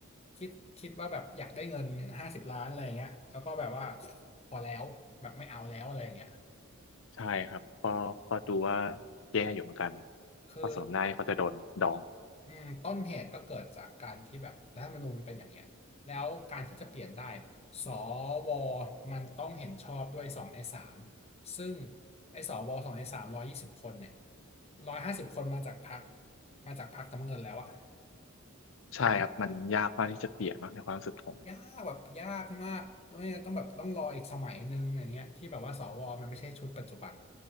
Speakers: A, on the left; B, on the left.
A: คิดคิดว่าแบบอยากได้เงินห้าสิบล้านอะไรอย่างเงี้ยแล้วก็แบบว่าพอแล้วแบบไม่เอาแล้วอะไรอย่างเงี้ย
B: ใช่ครับก็ก็ดูว่าแย่อยู่เหมือนกัน
A: คือ
B: ก็สมน้ำหน้าที่เขาจะโดนดอง
A: อืมต้นเหตุก็เกิดจากการที่แบบรัฐธรรมนูญมันเป็นอย่างเงี้ยแล้วการที่จะเปลี่ยนได้สวมันต้องเห็นชอบด้วยสองในสามซึ่งไอ้สวสองในสามร้อยยี่สิบคนเนี่ยร้อยห้าสิบคนมาจากพรรคมาจากพรรคน้ำเงินแล้วอะ
B: ใช่ครับมันยากมากที่จะเปลี่ยนเนอะในความรู้สึกผม
A: ยากแบบยากมากด้วยต้องแบบต้องรออีกสมัยหนึ่งอย่างเงี้ยที่แบบว่าสวมันไม่ใช่ชุดปัจจุบัน